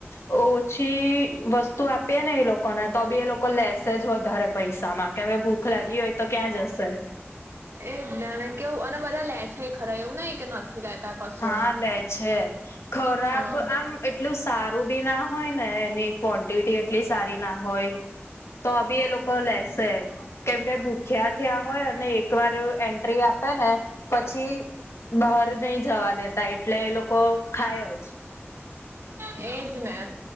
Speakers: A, on the left; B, on the right.
A: ઓછી વસ્તુ આપ આપે ને એ લોકોને તો બી એ લોકો લેસેજ વધારે પૈસામાં કે ભૂ ભૂખ લાગી હોય તો ક્યાં જશે.
B: એ જ ને અને કેવું અને બધા લે છે ખરા એવું નહિ કે નથી લેતા કશું.
A: હા લે છે. ખરાબ
B: હમ્મ.
A: આમ એટલું સારું બી ના હોય ને એ ક્વોન્ટિટી એટલી સારી ના હોય તો બી એ લોકો લેસે. કેમ કે ભૂખ્યા થયા હોય અને એક વાર એન્ટ્રી આપ ને પછી બહાર નઈ જવા દે તા એટલે એ લોકો ખાય જ.
B: એ જ ને.